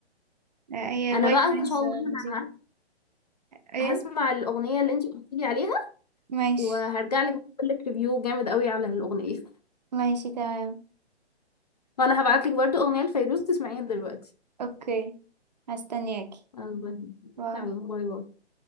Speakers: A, on the right; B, on the left.
A: هي الوايت
B: انا بقى
A: نويز
B: ان شاء الله
A: لذيذة
B: ه-
A: ايه
B: هسمع الأغنية اللي انتي قلت لي عليها
A: ماشي
B: وهرجع لك اقول لك ريفيو جامد قوي على الأغنية
A: ماشي تمام
B: وانا هبعت لك برضو أغنية لفيروز تسمعيها دلوقتي
A: اوكي هستنياكي
B: البته
A: باي.
B: تمام باي باي